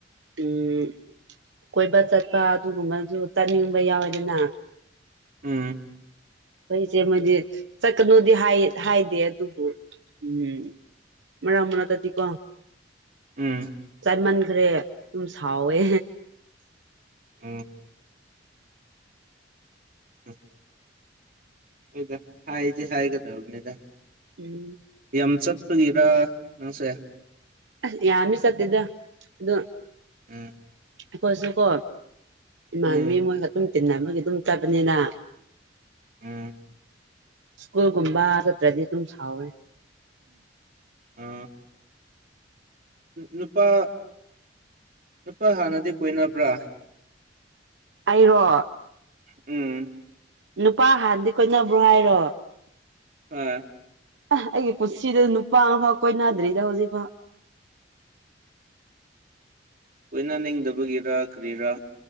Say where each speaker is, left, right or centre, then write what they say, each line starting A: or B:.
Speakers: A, on the right; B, on the right.
A: ꯎꯝ ꯀꯣꯏꯕ ꯆꯠꯄ ꯑꯗꯨꯒꯨꯝꯕꯁꯨ ꯆꯠꯅꯤꯡꯕ ꯌꯥꯎꯋꯦꯗꯅ
B: ꯎꯝ
A: ꯑꯩꯈꯣꯏꯁꯦ ꯃꯗꯤ ꯆꯠꯀꯅꯨꯗꯤ ꯍꯥꯏꯗꯦ ꯑꯗꯨꯕꯨ ꯎꯝ ꯃꯥ ꯃꯅꯥꯛꯇꯗꯤꯀꯣ
B: ꯎꯝ
A: ꯆꯥꯟꯃꯟꯈ꯭ꯔꯦ ꯑꯗꯨꯝ ꯁꯥꯎꯋꯦ
B: ꯑꯣ ꯎ ꯎ ꯏꯗ ꯍꯥꯏꯗꯤ ꯍꯥꯏꯒꯗꯅꯤꯗ
A: ꯎ
B: ꯌꯥꯝ ꯆꯠꯄꯒꯤꯔ ꯅꯪꯁꯦ
A: ꯑ ꯌꯥꯔ ꯆꯠꯇꯦꯗ ꯑꯗꯨꯗ
B: ꯎꯝ
A: ꯑꯩꯈꯣꯏꯁꯨ ꯀꯣ ꯏꯃꯥꯟꯕꯤ
B: ꯎꯝ
A: ꯃꯣꯏ ꯑꯗꯨꯝ ꯇꯤꯟ ꯑꯃꯒꯤ ꯑꯗꯨꯝ ꯆꯕꯅꯤꯅ
B: ꯎꯝ
A: ꯁ꯭ꯀꯨꯜꯒꯨꯝꯕ ꯆꯠꯇ꯭ꯔꯗꯤ ꯑꯗꯨꯝ ꯁꯥꯎꯋꯦ
B: ꯑ ꯅꯨꯄꯥ ꯅꯨꯄꯥ ꯍꯥꯟꯅꯗꯤ ꯀꯣꯏꯅꯕ꯭ꯔꯥ
A: ꯑꯩꯔꯣ
B: ꯎꯝ
A: ꯅꯨꯄꯥ ꯍꯥꯟꯅꯗꯤ ꯀꯣꯏꯅꯕ꯭ꯔꯣ ꯍꯥꯏꯔꯣ
B: ꯍꯣꯏ
A: ꯑ ꯑꯩꯒꯤ ꯄꯨꯟꯁꯤꯗ ꯅꯨꯄꯥ ꯑꯃꯐꯥꯎ ꯀꯣꯏꯅꯗ꯭ꯔꯤꯗ ꯍꯧꯖꯤꯛꯐꯥꯎ
B: ꯂꯣꯏꯅ ꯅꯤꯡꯗꯕꯒꯤꯔ ꯀꯔꯤꯔꯥ